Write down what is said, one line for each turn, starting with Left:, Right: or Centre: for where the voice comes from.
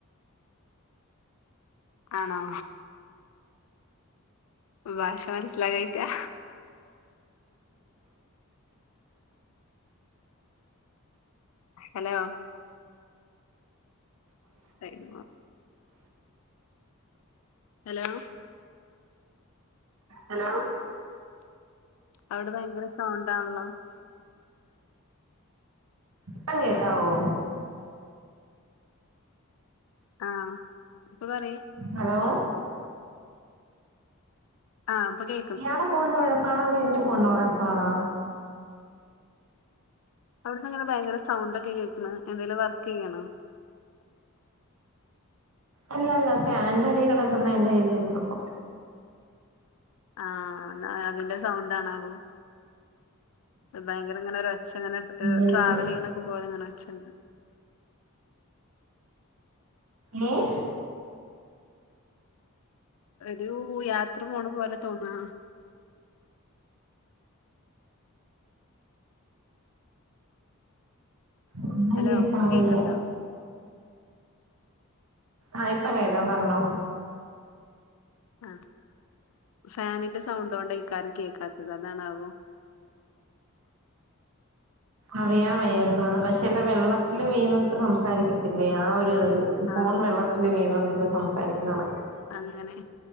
Left: ആണോ ഭാഷ മനസിലാവാഞ്ഞിട്ടാ ഹലോ ടൈമാ ഹലോ
Right: ഹലോ
Left: അവിടെ ഭയങ്കര സൗണ്ടാണല്ലോ
Right: ഇപ്പം കേക്കാവോ
Left: ആ ഹ ഇപ്പൊ പറ
Right: ഹലോ
Left: ആഹ ഇപ്പ കേ
Right: ഇയ്യാളെ ഫോണിൻ്റെ കൊഴപ്പാണോ അതേ എന്റെ ഫോണിൻ്റെ കൊഴപ്പണോ
Left: അവിടുന്നിങ്ങനെ ഭയങ്കര സൗണ്ടൊക്കെ കേക്ക്ണ് എന്തേലും വർക്കെയ്യാണോ
Right: അല്ലല്ല ഫാൻറടി കിടക്കുന്നതിന്റെ കിടക്കുന്നതിൻ്റെ ആയിരിക്കും ചിലപ്പോ
Left: ആഹാ എന്ന അതിന്റെ സൗണ്ട്ആണാവോ ഭയങ്കര ഇങ്ങനെയെരു ഒ ച്ച ഇങ്ങനെ ട്
Right: സംഭവിക്കാം.
Left: ട്രാവല് ചെയ്യണക്ക് പോലെ അങ്ങനെച്ചണ്ട്
Right: ഏഹ
Left: ഒരു യാത്ര പോണ പോലെ തോന്നാ
Right: ഒന്നും
Left: ഹലോ
Right: കേകാൻ
Left: ഇപ്പൊ കേക്ക്ണ്ടോ
Right: വയ്യ ആഹാ ഇപ്പം കേൾക്കാം പറഞ്ഞോ
Left: ആഹ ഫാനിന്റെ സൗണ്ട് കൊണ്ട് യ്ക്കാരം കേൾക്കാത്തത് അതാണാവോ
Right: അറിയാൻവയ്യഎന്തുവാന്ന് പക്ഷെ എല്ലാ വെള്ളത്തില് വീണിട്ട് സംസാരിക്കത്തില്ലേ ആ ഒരു ഇത് ഫോൺ
Left: ആഹ്
Right: വെള്ളത്തില് വീണോണ്ട് സംസാരിക്കുന്ന കണക്ക്
Left: അങ്ങനെ